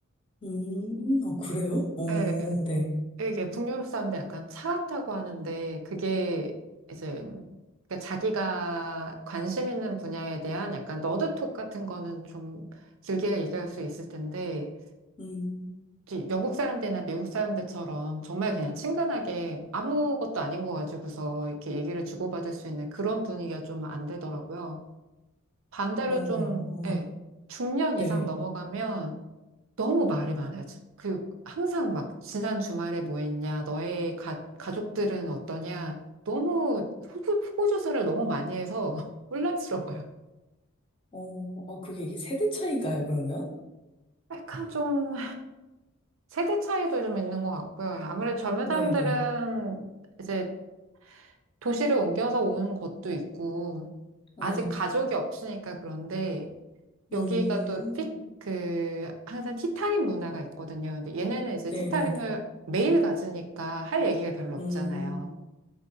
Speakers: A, on the left (about 25°); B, on the right (about 60°).
A: 음, 어, 그래요? 어,
B: 예,
A: 네.
B: 이게 북유럽 사람들 약간 차갑다고 하는데, 그게 이제, 음, 그러니까 자기가 관심 있는 분야에 대한 약간 너드톡 같은 거는 좀 길게 얘기할 수 있을 텐데,
A: 음,
B: 이제 영국 사람들이나 미국 사람들처럼 정말 그냥 친근하게 아무것도 아닌 거 가지고서 이렇게 얘기를 주고받을 수 있는 그런 분위기가 좀 안 되더라고요. 반대로
A: 어,
B: 좀, 예, 중년
A: 네.
B: 이상 넘어가면 너무 말이 많아져. 그 항상 막 지난 주말에 뭐 했냐, 너의 가, 가족들은 어떠냐, 너무 후보, 후보 조사를 너무 많이 해서 <laughs> 혼란스러워요.
A: 어, 어, 그게 이게 세대 차이인가요, 그러면?
B: 약간 좀 세대 차이도 좀 있는 것 같고요. 아무래도 젊은
A: 네네.
B: 사람들은 이제 도시를 옮겨서 오는 것도 있고,
A: 아,
B: 아직 가족이 없으니까 그런데 여기가
A: 음,
B: 또 피, 그 항상 티타임 문화가 있거든요. 근데 얘네는 이제
A: 네네네.
B: 티타임을 매일 가지니까 할 얘기가 별로 없잖아요.
A: 음,